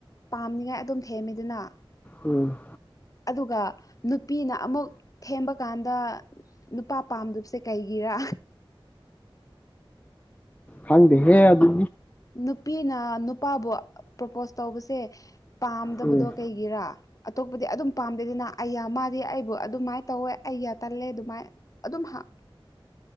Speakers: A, on the left (about 40°); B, on the left (about 15°).
A: ꯄꯥꯝꯅꯤꯉꯥꯏ ꯑꯗꯨꯝ ꯊꯦꯝꯃꯤꯗꯅ
B: ꯎꯝ
A: ꯑꯗꯨꯒ ꯅꯨꯄꯤꯅ ꯑꯃꯨꯛ ꯊꯦꯝꯕꯀꯥꯟꯗ ꯅꯨꯄꯥ ꯄꯥꯝꯗꯕꯁꯦ ꯀꯩꯒꯤꯔ
B: ꯍꯪꯗꯦ ꯍꯦ ꯑꯗꯨ
A: ꯅꯨꯄꯤꯅ ꯅꯨꯄꯥꯕꯨ ꯄ꯭ꯔꯣꯄꯣꯁ ꯇꯧꯕꯁꯦ ꯄꯥꯝꯗꯕꯗꯣ
B: ꯎꯝ
A: ꯀꯩꯒꯤꯔꯥ ꯑꯇꯣꯞꯄꯗꯤ ꯑꯗꯨꯝ ꯄꯥꯝꯗꯦꯗꯅ ꯑꯩꯌꯥ ꯃꯥꯗꯤ ꯑꯩꯕꯨ ꯑꯗꯨꯃꯥꯏ ꯇꯧꯋꯦ ꯑꯩꯌꯥ ꯇꯜꯂꯦ ꯑꯗꯨꯃꯥꯏ ꯑꯗꯨꯝ ꯍꯥ